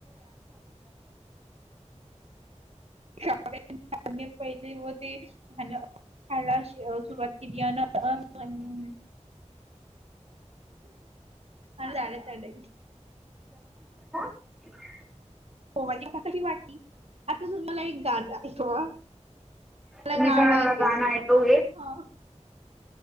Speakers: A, on the right; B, in the centre.
A: त्या पहिले व ते ध्य खायला सुरवात केली अन अन आ झाडे तळे
B: ह
A: हो माझी आता कशी वाटली आताचून मला एक गाज आहे मला
B: अभी
A: गाणं
B: तुम्हारा
A: ऐकच
B: गाना
A: आहे
B: है तो एक
A: हा